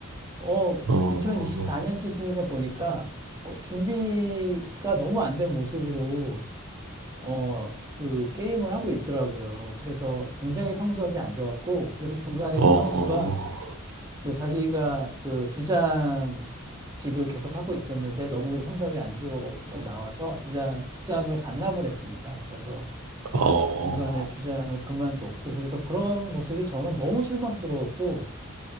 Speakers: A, on the right (about 15°); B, on the right (about 75°).
A: 어
B: 어,
A: 2024년 시즌에 보니까 어, 준비가 너무 안 된 모습으로 어 그 게임을 하고 있더라고요. 그래서 굉장히 성적이 안 좋았고 그래서 중간에
B: 어,
A: 그 선수가 그 자기가 그 주장직을 계속 하고 있었는데 너무 성적이 안 좋게 나와서 주장, 주장을 반납을 했습니다. 그래서
B: 어,
A: 중간에 주장을 그만뒀고 그래서 그런 모습이 저는 너무 실망스러웠고